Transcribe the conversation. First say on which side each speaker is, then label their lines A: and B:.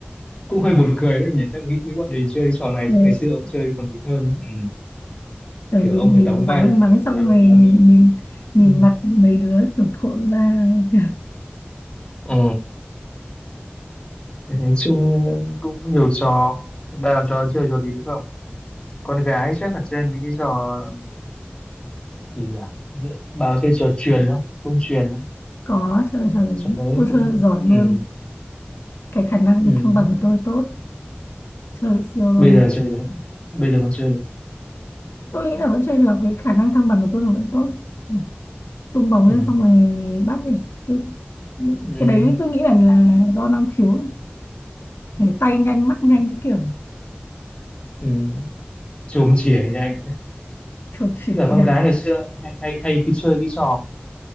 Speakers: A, on the left; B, on the left.
A: cũng hơi buồn cười đấy nhỉ chắc nghĩ với bọn mình chơi trò này
B: Thế,
A: chắc ngày xưa ông chơi còn mình hơn ừ.
B: kiểu
A: kiểu
B: nhìn
A: ông
B: nhìn
A: phải đóng vai
B: mắng
A: là người
B: mắng xong
A: là
B: rồi
A: là
B: nhìn
A: người
B: nhìn
A: ừ.
B: nhìn mặt mấy đứa kiểu thộn ra kiểu,
A: ừ. Nói chung cũng nhiều trò ba làm trò chơi trò gì nữa không con gái chắc là chơi mấy cái trò gì nhỉ Dễ- bà có chơi trò truyền không tung truyền không
B: có chơi trò đấy
A: trò đấy
B: tôi
A: cũng
B: chơi giỏi luôn
A: ừ.
B: cái khả năng
A: Ừ.
B: thăng bằng của tôi tốt chơi siêu luôn
A: bây giờ chơi được bây giờ còn chơi được
B: tôi nghĩ là vẫn chơi được cái khả năng thăng bằng của tôi là vẫn tốt Ừ. tung bóng
A: ừ.
B: lên xong rồi bắt đi tôi
A: Ừ.
B: cái đấy tôi nghĩ là là do năng khiếu ấy. Để tay nhanh mắt nhanh cái kiểu
A: Ừ. chôm chỉa nhanh
B: chụp chỉ
A: Thế là
B: nhanh
A: con gái ngày
B: <laughs>
A: xưa hay hay hay cái chơi cái trò